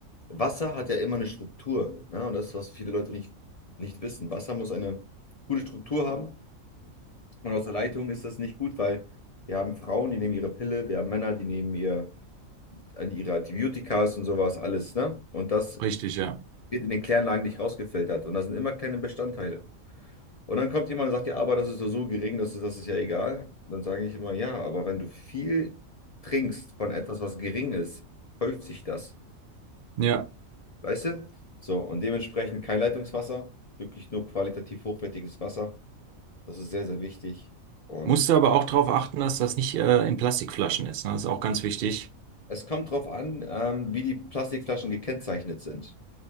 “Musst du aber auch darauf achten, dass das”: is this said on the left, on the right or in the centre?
Right